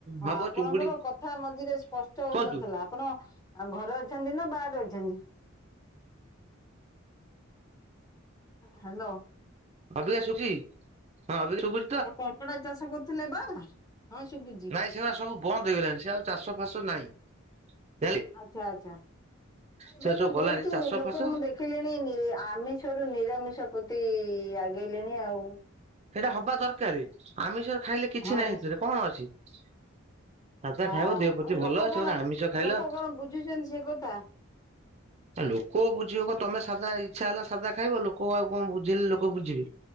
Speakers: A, on the left; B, on the right.
A: ହଁ
B: ହବ
A: ଆପଣଙ୍କର
B: ଚୁଙ୍ଗୁଡି
A: କଥା ମଝିରେ ସ୍ପଷ୍ଟ ହଉନଥିଲା।
B: କୁହନ୍ତୁ
A: ଆପଣ ଆଉ ଘରେ ଅଛନ୍ତି ନା ବାହାରେ ଅଛନ୍ତି? ହାଲୋ।
B: ଅବିକା ଶୁଖି ହଁ ଅବିକା ଶୁଖୁ
A: ଆଉ କଙ୍କଡା ଚାଷ କରୁଥିଲେ ବା ହଁ ଶୁବୁଛି।
B: ନାଇ ସେ ସବୁ ବନ୍ଦ ହେଇଗଲାଣି ସେ ଆଉ ଚାଷ ଫାସ ନାହିଁ। ଜାଣିଲେ
A: ଆଛା ଆଛା ଏବେ
B: ସେ ସବୁ
A: ବି ବହୁତ
B: ଗଲାଣି ଚାଷ
A: ଲୋକ
B: ଫାସ
A: ମୁଁ ଦେଖ ଦେଖିଲିଣି ଆମିଷରୁ ନିରାମିଷ ପ୍ରତି ଆଗେଇଲେଣି ଆଉ।
B: ସେଇଟା ହବା ଦରକାର ଆମିଷରେ ଖାଇଲେ କିଛି
A: ହଁ
B: ନାହିଁ
A: ନିଶ୍
B: ସେଥିରେ କଣ ଅଛି? ସାଧା
A: ହଁ
B: ଖାଇବ ଦେହ ପ୍ରତି ଭଲ
A: ଲୋକ କଣ
B: ସେଟା ଆମିଷ ଖାଇଲ
A: ଲୋକ କଣ ବୁଝୁଛନ୍ତି ସେ କଥା
B: ଲୋକ ବୁଝିବ କ ତମେ ସାଧା ଇଚ୍ଛା ହେଲା ସାଧା ଖାଇବ ଲୋକ ଆଉ କଣ ବୁଝିଲେ ଲୋକ ବୁଝିବେ।